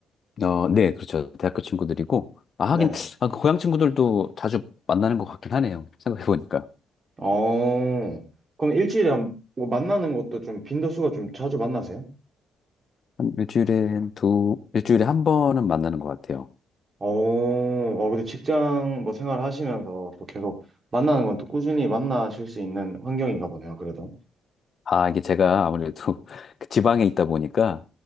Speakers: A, on the left; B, on the right.
A: 어, 네, 그렇죠. 대학교 친구들이고. 아,
B: 네네.
A: 하긴, 아, 그 고향 친구들도 자주 만나는 것 같긴 하네요. 생각해보니까.
B: 어, 그럼 일주일에 한- 뭐 만나는 것도 좀 빈도수가 좀 자주 만나세요?
A: 한 일주일에 두, 일주일에 한 번은 만나는 것 같아요.
B: 어, 어, 근데 직장 뭐 생활 하시면서 또 계속 만나는 건 또 꾸준히 만나실 수 있는 환경인가 보네요, 그래도.
A: 아, 이게 제가 아무래도 <laughs> 그 지방에 있다 보니까,